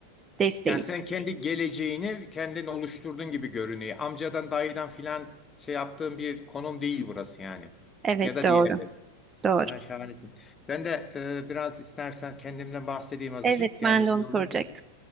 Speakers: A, on the right; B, on the left.
A: desteği.
B: Yani sen kendi geleceğini kendin oluşturdun gibi görünüyor. Amcadan dayıdan filan şey yaptığın bir konum değil burası yani.
A: Evet
B: Ya da
A: doğru.
B: diğer.
A: Doğru.
B: Ha, şahanesin. Ben de e, biraz istersen kendimden bahsedeyim azıcık.
A: Evet ben
B: Yani şey
A: de onu
B: olunca.
A: soracaktım.